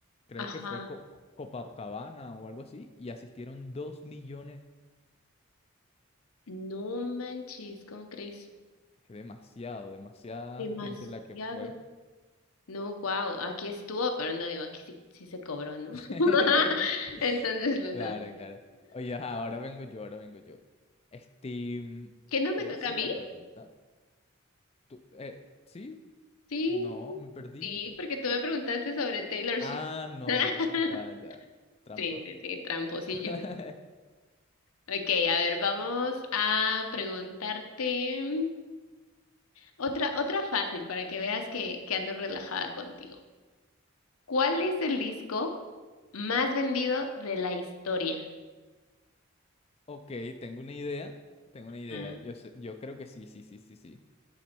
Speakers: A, on the left; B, on the left.
A: Creo
B: Ajá,
A: que fue Co- Co- Copacabana o algo así y asistieron dos millones.
B: no manches, ¿cómo crees?
A: Es demasiado, demasiada
B: Demasiado.
A: gente la que fue.
B: No, wow, aquí estuvo, pero no digo, aquí sí, sí se cobró, ¿no?
A: <laughs>
B: <laughs> Entonces, pues
A: Claro,
B: no.
A: claro. Oye, ajá, ahora vengo yo, ahora vengo yo. Este, mm,
B: que no
A: te
B: me
A: voy
B: toca
A: a hacer
B: a
A: la
B: mí?
A: pregunta. tú- eh, ¿sí?
B: Sí,
A: No, me perdí.
B: sí, porque tú me preguntaste sobre Taylor
A: Ah,
B: Swift.
A: no,
B: <laughs>
A: entonces ya, ya, trampa.
B: Sí, sí, sí, tramposillo.
A: <laughs>
B: Ok, a ver, vamos a preguntarte otra, otra fácil para que veas que, que ando relajada contigo. ¿Cuál es el disco más vendido de la historia?
A: Ok, tengo una idea, tengo una idea.
B: Ah,
A: Yo sé- yo creo que sí, sí, sí, sí, sí.